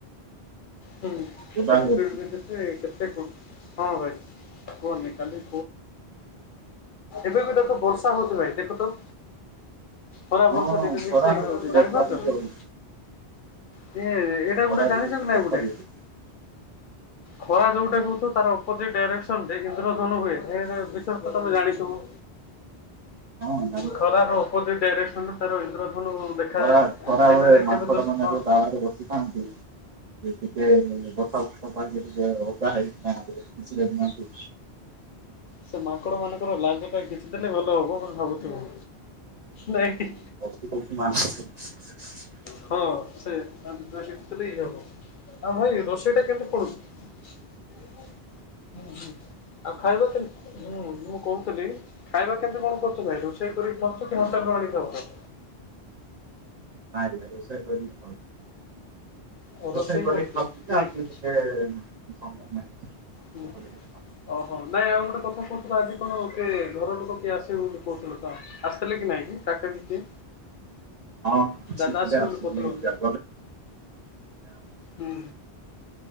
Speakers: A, on the left (about 60°); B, on the right (about 50°).
A: ହୁଁ
B: ଓଦା
A: କେତେଠାରୁ
B: ହେଇଗଲିଣି।
A: କେତେ ଟେ କେତେ କଣ। ହଁ ଭାଇ କୁହ ନି କାଲି। ଏବେ ବି ଦେଖ ବର୍ଷା ହଉଛି ଭାଇ ଦେଖ ତ। ଖରା
B: ହଁ
A: ବର୍ଷା
B: ହଁ
A: ଦିଟା ଯାକ
B: ଖରା
A: ସେ ହଉଚି
B: ହଉଛି ବର୍ଷା
A: ଜାଣିପାରୁଛ।
B: ମଧ୍ୟ ହଉଛି
A: କିଏ ଏଇଟା
B: ଖରା
A: ଗୋଟେ ଜାଣିଛ
B: ବି ହଉଛି
A: କି ନାଇଁ
B: ବର୍ଷା
A: ଗୋଟେ।
B: ବି ହଉଛି।
A: ଖରା ଯୋଉ ପଟେ ହଉଥିବ ତାର ଅପୋଜିଟ ଡାଇରେକ୍ସନ ରେ ଇନ୍ଦ୍ରଧନୁ ହୁଏ ଏ ବିଷୟରେ ତମେ ଜାଣିଥିବ।
B: ହଁ ଜା
A: ଖରାର ଅପୋଜିଟ୍ ଡାଇରେକ୍ସନରେ ତାର ଇନ୍ଦ୍ରଧନୁ। ଦେଖାଯାଏ
B: ଖରା ଖରା
A: ସେଠାରେ
B: ବେଳେ
A: କେବେ
B: ମାଙ୍କଡ
A: ଦୃଶ
B: ମାନେ
A: ହଁ
B: ଯଉ ଡାଳରେ ବସିଥାନ୍ତି। ଟିକେ ଉଁ ବର୍ଷା <unintelligible> ଟିକେ ଓଦା ହେଇକି ନା ଯାଆନ୍ତି ଖୁସି ରେ ଡିଅନ୍ତି।
A: ସେ ମାଙ୍କଡ଼ ମାନଙ୍କର ଲାଞ୍ଜଟା ଖିଚି ଦେଲେ ଭଲ ହବ ବୋଲି ଭାବୁଥିବୁ। ନାଇ।
B: ତୁ କହିବୁ ମା <unintelligible>
A: ହଁ ସେ <unintelligible> ଏଠି ଥିଲେ ଇଏ ହବ। ଆଉ ଭାଇ ରୋଷେଇ ଟା କେମିତି ପଡୁଛି? ହୁଁ ହୁଁ ଆଉ ଖାଇବା କେମ ମୁଁ ମୁଁ କହୁଥିଲି ଖାଇବା କେମିତି କଣ କରୁଛ ଭାଇ ରୋ ରୋଷେଇ କରିକି ଖାଉଛ କି ହୋଟେଲ ରୁ ଆଣିକି ଖାଉଛ?
B: ମୁଁ ଆରୀ ଆରି ବିଷୟରେ ତୋ ଶହ କଥା ହଉ
A: ଓ
B: ରୋସେଇ
A: ରୋଷେଇ
B: କରିକି
A: କରୁଛୁ
B: ଖାଉଚି ଯେ
A: ନାଇଁ
B: ଆକଚୁଲି
A: କି
B: ଟିକେ ଉଁ ସମୟ ନାହିଁ <inaudible>
A: ହୁଁ। ଓହୋ ନାଇଁ ଆଉ ଗୋଟେ କଥା କହୁଥିଲ ଆଜି କଣ କିଏ ଘର ଲୋକ କିଏ ଆସିବେ ବୋଲି କହୁଥିଲ ତ? ଆସିଥିଲେ କି ନାଇଁ କି କାକା କି କିଏ?
B: ହଁ ଆସିଥିଲେ
A: ଦାଦା ଆସିବେ
B: ଆଉ
A: ବୋଲି
B: ସିଏ
A: କହୁଥିଲ।
B: ଏମିତି ଆଉ।
A: ହୁଁ